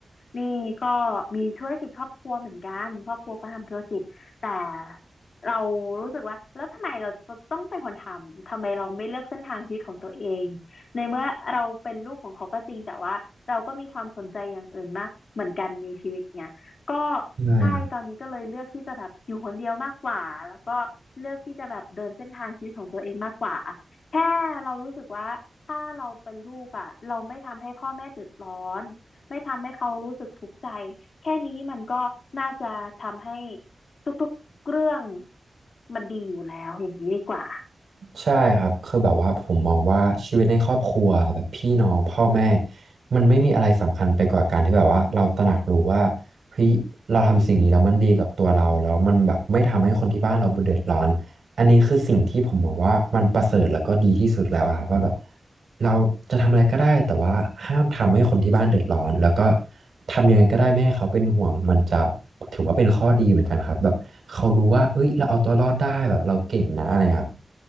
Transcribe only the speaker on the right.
ใช่ครับ
ใช่ครับคือแบบว่าผมมองว่าชีวิตในครอบครัวแบบพี่น้องพ่อแม่มันไม่มีอะไรสำคัญไปกว่าการที่แบบว่าเราตระหนักรู้ว่าเฮ้ยเราทำสิ่งนี้แล้วมันดีกับตัวเราแล้วมันแบบไม่ทำให้คนที่บ้านเราเดือดร้อน อันนี้คือสิ่งที่ผมบอกว่ามันประเสริฐแล้วก็ดีที่สุดแล้วอะครับว่าแบบเราจะทำอะไรก็ได้แต่ว่าห้ามทำให้คนที่บ้านเดือดร้อนแล้วก็ทำยังไงก็ได้ไม่ให้เขาเป็นห่วงมันจะถือว่าเป็นข้อดีเหมือนกันครับแบบเขารู้ว่าเอ้ยเราเอาตัวรอดได้แบบเราเก่งนะอะไรครับ